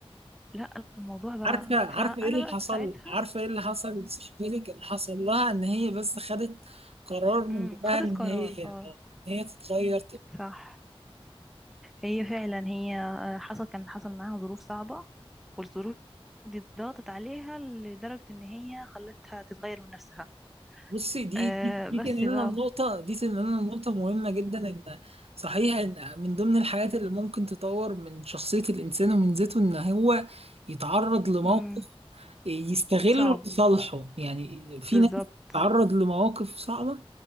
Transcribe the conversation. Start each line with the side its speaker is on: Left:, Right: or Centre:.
Centre: لا الموضوع بقى
Right: عارفة عارفة
Centre: فأنا
Right: إيه اللي
Centre: بقى
Right: حصل
Centre: ساعتها
Right: عارفة إيه اللي حصل لصاحبتك اللي حصل لها إن هي بس خدت قرار من
Centre: امم
Right: جواها
Centre: خدت
Right: إن هي
Centre: قرار اه
Right: آه، إن هي تتغير
Centre: صح هي فعلا هي آه، حصل كان حصل معاها ظروف صعبة والظروف دي ضغطت عليها لدرجة ان هي خلتها تتغير من نفسها
Right: بصي دي
Centre: آه
Right: دي دي
Centre: بس
Right: تنقلنا
Centre: بقى
Right: لنقطة دي تنقلنا لنقطة مهمة جدا إن صحيح إن من ضمن الحاجات اللي ممكن تطور من شخصية الإنسان ومن ذاته إن هو يتعرض لموقف
Centre: امم
Right: يستغله
Centre: صعب
Right: لصالحه يعني في
Centre: بالظبط
Right: ناس بتتعرض لمواقف صعبة